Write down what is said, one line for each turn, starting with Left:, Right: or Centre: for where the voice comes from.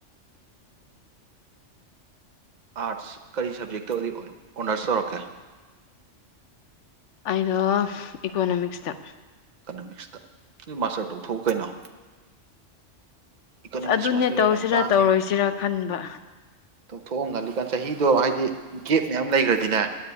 Right: ꯑꯥꯔꯠꯁ ꯀꯔꯤ ꯁꯕꯖꯦꯛꯇ ꯑꯣꯏ ꯑꯣꯅꯔꯁ ꯇꯧꯔꯛꯀꯦ
Left: ꯑꯩꯗꯣ ꯏꯀꯣꯅꯣꯃꯤꯛꯁꯇ
Right: ꯏꯀꯅꯃꯤꯛꯁꯇ ꯃꯥꯁꯇꯔ ꯇꯧꯊꯣꯛꯎ ꯀꯩꯅꯣ ꯏꯀꯣꯅꯣꯃꯤꯛꯁ
Left: ꯑꯁ ꯑꯗꯨꯅꯦ
Right: ꯃꯥꯁꯇꯔ
Left: ꯇꯧꯁꯤꯔꯥ
Right: ꯌꯥꯝ ꯇꯥꯡꯉꯦ
Left: ꯇꯧꯔꯣꯏꯁꯤꯔꯥ ꯈꯟꯕ
Right: ꯇꯧꯊꯣꯛꯣ ꯉꯜꯂꯤ ꯀꯥꯟ ꯆꯍꯤꯗꯣ ꯍꯥꯏꯗꯤ ꯒꯦꯞ ꯃꯌꯥꯝ ꯂꯩꯈ꯭ꯔꯗꯤꯅꯦ